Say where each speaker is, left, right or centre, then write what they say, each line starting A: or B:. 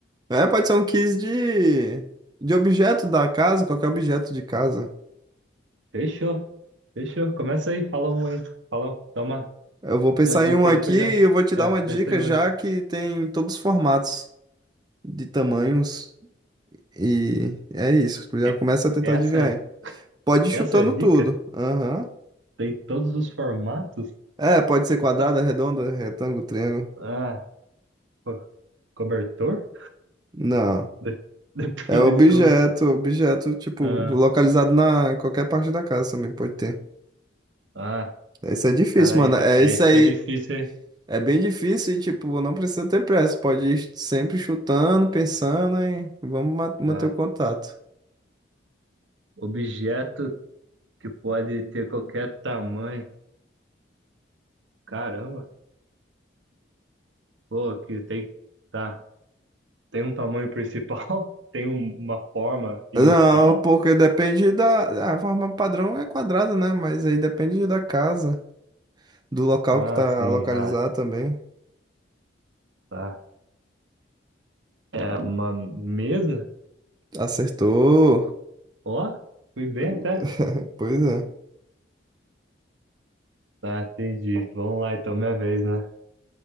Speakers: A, on the right; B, on the right.
A: É, pode ser um quiz de, de objeto da casa, qualquer objeto de casa.
B: Fechou. Fechou. Começa aí, fala um aí. Fala, dá uma,
A: Eu vou pensar
B: uma dica
A: em um aqui
B: aí que eu
A: e
B: já.
A: eu vou te dar
B: Ah,
A: uma dica
B: pensa em
A: já
B: um aí.
A: que tem todos os formatos de tamanhos. E é isso, tu já
B: É-
A: começa a tentar
B: Essa
A: adivinhar
B: é,
A: aí. Pode ir
B: essa
A: chutando
B: é a
A: tudo.
B: dica?
A: Aham.
B: Tem todos os formatos?
A: É, pode ser quadrada,
B: E tá-
A: redonda, retângulo, triângulo.
B: Ah, pô, cobertor?
A: Não.
B: De- <laughs> Depende
A: É objeto,
B: de como você.
A: objeto, tipo,
B: Ah,
A: localizado na em qualquer parte da casa também pode ter.
B: ah,
A: Isso é difícil,
B: cara
A: mano.
B: aí
A: É
B: aí
A: isso
B: ficou
A: aí.
B: difícil, hein?
A: É bem difícil e, tipo, não precisa ter pressa. Pode ir sempre chutando, pensando e vamos ma- manter
B: Tá.
A: o contato.
B: Objeto que pode ter qualquer tamanho. Caramba, pô, que tem. Tá. Tem um tamanho principal? <laughs> Tem um- uma forma inicial?
A: Não, porque depende da... A forma padrão é quadrada, né? Mas aí depende da casa, do local
B: Ah,
A: que tá
B: sim,
A: localizado
B: ah,
A: também.
B: tá. É uma mesa?
A: Acertou.
B: Ó, fui bem até.
A: <laughs> Pois é.
B: Tá, entendi. Vamos lá, então, minha vez, né?